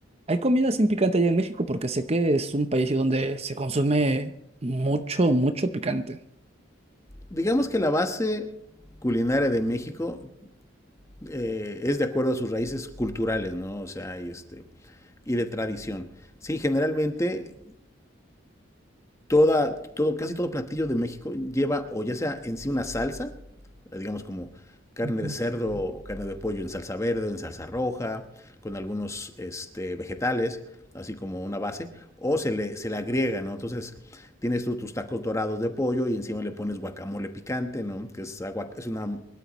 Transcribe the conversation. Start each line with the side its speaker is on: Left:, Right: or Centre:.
Right: ¿hay comida sin picante allá en México? Porque sé que es un país donde se consume mucho, mucho picante.
Left: digamos que la base culinaria de México eh, es de acuerdo a sus raíces culturales, ¿no? O sea, y, este, y de tradición. Sí, generalmente toda, todo, casi todo platillo de México lleva o ya sea en sí una salsa, eh, digamos como carne
Right: Ujú.
Left: de cerdo o carne de pollo en salsa verde, en salsa roja, con algunos este, vegetales, así como una base, o se le, se le agrega, ¿no? Entonces tienes tú tus tacos dorados de pollo y encima le pones guacamole picante, ¿no? Que es, agua, es una,